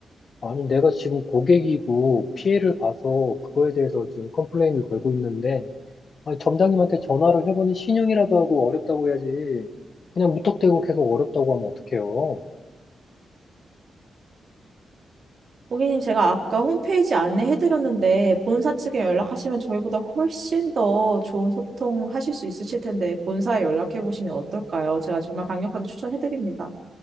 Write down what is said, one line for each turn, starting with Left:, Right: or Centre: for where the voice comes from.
Left: 아니, 내가 지금 고객이고 피해를 봐서 그거에 대해서 지금 컴플레인을 걸고 있는데, 아니, 점장님한테 전화를 해보니 신용이라도 하고 어렵다고 해야지. 그냥 무턱대고 계속 어렵다고 하면 어떡해요?
Right: 고객님, 제가 아까 홈페이지 안내해드렸는데, 본사 측에 연락하시면 저희보다 훨씬 더 좋은 소통하실 수 있으실 텐데, 본사에 연락해보시면 어떨까요? 제가 정말 강력하게 추천해드립니다.